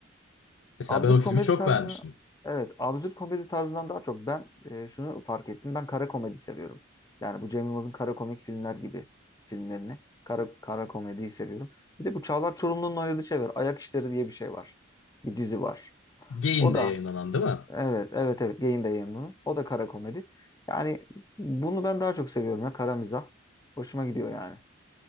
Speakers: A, on the left; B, on the left.
A: Mesela
B: Absürt
A: ben o filmi
B: komedi
A: çok
B: tarzını
A: beğenmiştim.
B: Evet, absürt komedi tarzından daha çok ben e, şunu fark ettim. Ben kara komedi seviyorum. Yani bu Cem Yılmaz'ın kara komik filmler gibi filmlerini. Kara, kara komediyi seviyorum. Bir de bu Çağlar Çorumlu'nun oynadığı şey var. Ayak İşleri diye bir şey var. Bir dizi var.
A: Gain'de
B: O da
A: yayınlanan değil mi?
B: evet, evet, evet. Geyin de yanının. O da kara komedi. Yani bunu ben daha çok seviyorum ya. Kara mizah. Hoşuma gidiyor yani.